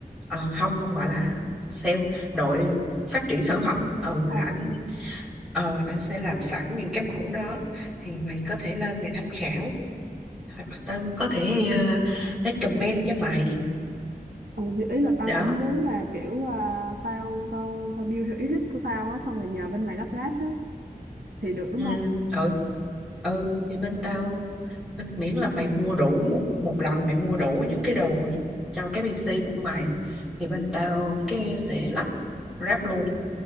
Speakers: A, in the centre; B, on the right (about 75°).
A: Ờ, không không gọi là sale đội phát triển sản phẩm ờ
B: ờ
A: là anh ờ anh sẽ làm sẵn những cái mẫu đó thì mày có thể lên mày tham khảo hoặc là tao có thể ờ, recommend cho mày
B: Ừ, thì ý là tao
A: đó
B: cũng muốn là kiểu à, tao tao tao build theo ý thích của tao á xong rồi nhờ bên mày lắp ráp á thì được đúng
A: ừ
B: không?
A: ừ ừ thì bên tao Nên miễn là mày mua đủ một một lần mày mua đủ những cái đồ cho cái PC của mày thì bên tao cái sẽ lắp ráp luôn